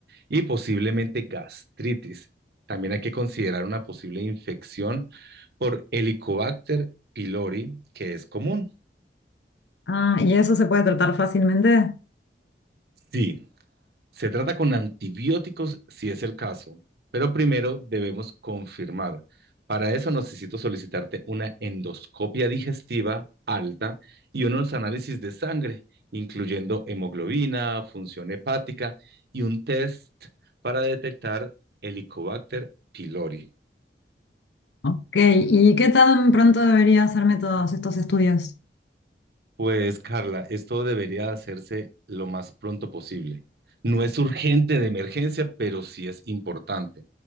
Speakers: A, on the right; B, on the left.
A: y posiblemente gastritis. También hay que considerar una posible infección por Helicobacter pylori, que es común.
B: Ah, ¿y eso se puede tratar fácilmente?
A: Sí, Se trata con antibióticos si es el caso, pero primero debemos confirmar. Para eso necesito solicitarte una endoscopia digestiva alta y unos análisis de sangre, incluyendo hemoglobina, función hepática y un test para detectar Helicobacter pylori.
B: Ok, ¿y qué tan pronto debería hacerme todos estos estudios?
A: Pues Carla, esto debería hacerse lo más pronto posible. No es urgente de emergencia, pero sí es importante.